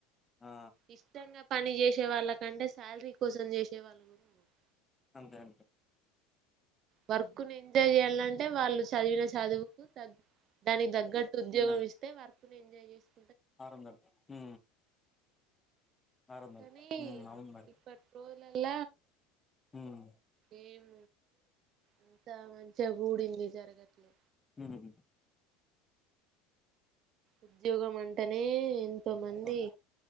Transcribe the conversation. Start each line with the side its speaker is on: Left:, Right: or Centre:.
Left: ఆ
Right: ఇష్టంగా పని చేసే వాళ్ళకంటే శాలరీ కోసం చేసే వాళ్ళు కూడా ఉన్నారు
Left: అంతే అంతే
Right: వర్కుని ఎంజాయ్ చేయాలాంటే అ వాళ్ళు చదివిన చదువుకు దానికి తగ్గట్టు ఉద్యోగం
Left: ఉన్నది
Right: ఇస్తే వర్క్ ఎంజాయ్ చేస్తరూ
Left: ఆరు వందలు ఆరు వందలు
Right: కానీ
Left: ఉమ్ అవును మరి
Right: ఇప్పటి రోజుల్లాల
Left: ఉమ్
Right: ఏం అంత మంచిగా గుడింది జరగట్లే
Left: హు హు
Right: ఉద్యోగం అంటనే ఎంతో మంది
Left: అవును